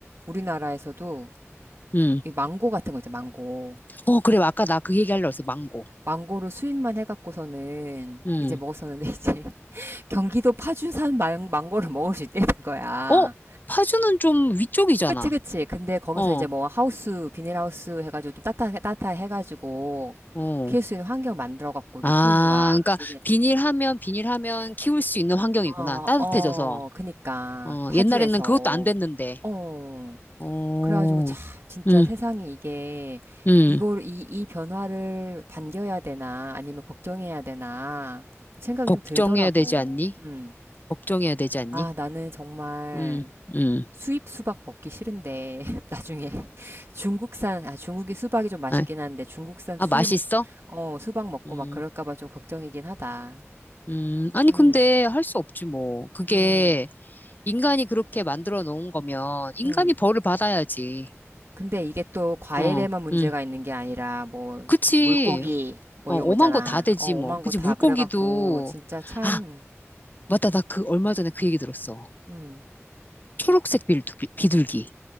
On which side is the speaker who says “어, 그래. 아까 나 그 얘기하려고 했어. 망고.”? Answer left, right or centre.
Left